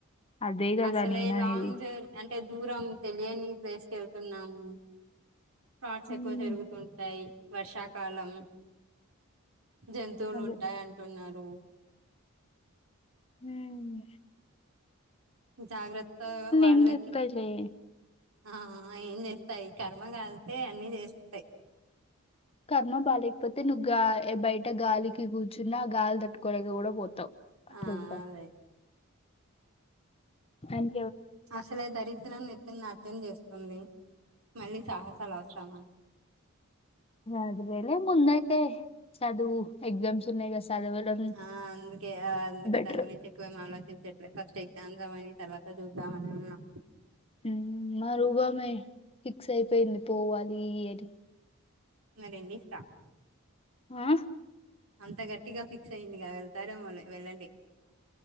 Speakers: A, on the left (about 25°); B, on the right (about 80°).
A: అదే కదా
B: అసలే
A: నేననేది
B: లాంగ్ జ అం టే దూరం తెలియని ప్లేస్ కి వెళ్తున్నాము ఫ్రాడ్స్
A: ఉమ్,
B: ఎక్కువ జరుగుతుంటాయి వర్షాకాలం జంతువులు
A: అదే
B: ఉంటాయి అంటున్నారు
A: హుమ్మ్
B: జాగ్రత్త వాళ్ళకి
A: ఏం చెప్తాయిలే
B: ఆ ఏం చేస్తాయి కర్మ కాలతే అన్ని చేస్తాయి
A: కర్మ బాలేకపోతే నువ్వు గా బయట గాలికి కూర్చున్నా ఆ గాలి తట్టుకోలేక కూడా పోతావు అట్లఉంటా
B: ఆ అదే
A: అం
B: అసలే దరిద్రం నెత్తిన నత్యంగా చేస్తుంది మళ్ళీ సాహసాలు అవసరమా
A: అదేవేరే ముందైతే చదువు ఎక్జామ్స్ ఉన్నాయి చదవడం
B: ఆ అందుకే అందుకే
A: బెటర్
B: దాన్ని గురించి ఎక్కువ ఏం ఆలోచించా ఫస్ట్ ఎగ్జామ్స్ అవ్వని తర్వాత చూద్దామని ఉన్నా
A: ఉమ్ మా రూమ్ ఆమే ఫిక్స్ అయిపోయింది పోవాలి అన్ని
B: నరేందిస్త
A: ఆ
B: అంత గట్టిగా ఫిక్స్ అయ్యిందిగా వెళ్తారేమోలే వెళ్ళండి